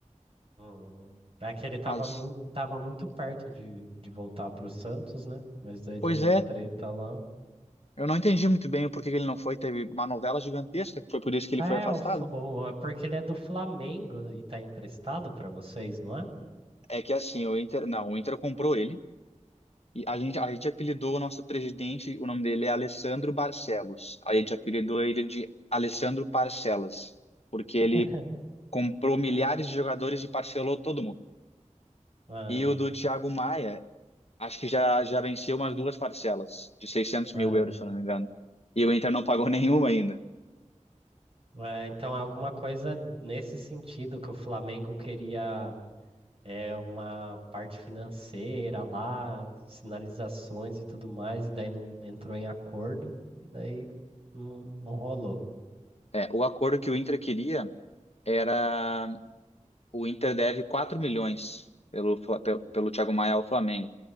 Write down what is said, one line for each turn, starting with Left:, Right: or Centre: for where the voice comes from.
Right: Hum. É que ele tava
Left: Mas,
Right: muito, tava muito perto de, de voltar pro Santos, né? Mas daí
Left: pois
Right: deu uma
Left: é,
Right: treta lá.
Left: eu não entendi muito bem o porquê que ele não foi. Teve uma novela gigantesca, foi por isso que ele
Right: É,
Left: foi afastado.
Right: o, F- o- é porque ele é do Flamengo e tá emprestado pra vocês, não é?
Left: É que assim, o Inter, não, o Inter comprou ele. E a gente, a gente apelidou o nosso presidente, o nome dele é Alessandro Barcelos. A gente apelidou ele de Alessandro Parcelas, porque ele
Right: <laughs>
Left: comprou milhares de jogadores e parcelou todo mundo.
Right: Ah,
Left: E o do Thiago Maia, acho que já, já venceu umas duas parcelas de seiscentos
Right: ah,
Left: mil euros, se eu não me engano. E o Inter não pagou <laughs> nenhuma ainda.
Right: ah, então é alguma coisa nesse sentido que o Flamengo queria é uma parte financeira lá, sinalizações e tudo mais, e daí não entrou em acordo, e daí não, não rolou.
Left: É, o acordo que o Inter queria era... O Inter deve 4 milhões pelo, Fla- pe- pelo Thiago Maia ao Flamengo.